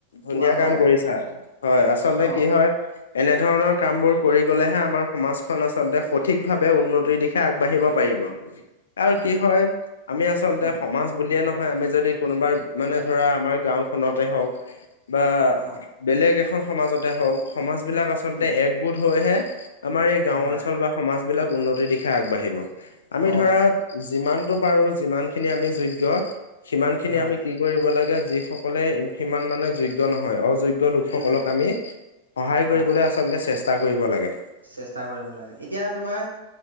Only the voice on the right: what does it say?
তোমাৰ মতে
অ'
উম
হয়
অ'
উম
হয়
অ'
হয়
উম
হয়
চেষ্টা কৰিব লাগে, এতিয়া তোমাৰ